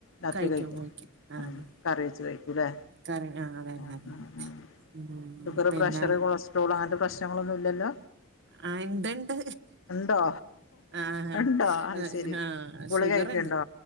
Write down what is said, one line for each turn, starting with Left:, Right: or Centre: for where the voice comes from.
Left: രാത്രി
Right: കഴിക്കും
Left: കഴിക്കോ
Right: കഴിക്കും ആഹ്
Left: ഉം കറി വെച്ച് കഴിക്കൂല്ലേ
Right: കറി ആ അതന്നെ
Left: ഉം ഉം ഉം
Right: ഉം
Left: ഷുഗർ,
Right: പിന്നെ
Left: പ്രഷർ, കൊളസ്ട്രോള് അങ്ങനത്തെ പ്രശ്നങ്ങളൊന്നും ഇല്ലല്ലോ
Right: ആഹ് ഇണ്ട്ണ്ട്
Left: ഉണ്ടോ
Right: ആഹ്
Left: ഉണ്ടോ അയ്ശരി
Right: ആഹ് ഷുഗറ്ണ്ട്
Left: ളിക കയിക്കണ്ടോ